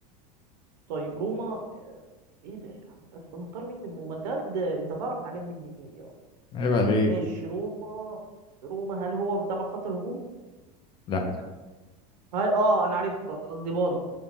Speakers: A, on the right; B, on the left.
A: طيب روما آه، ايه ده يا احمد هتبقى مختار مين من روما؟ انت قد- انت تعرف الحاجات دي منين يا عم؟
B: عيب عليك
A: ماشي روما روما هل هو تبع خط الهجوم؟
B: لا
A: هل اه انا عرفت خلاص ديبالا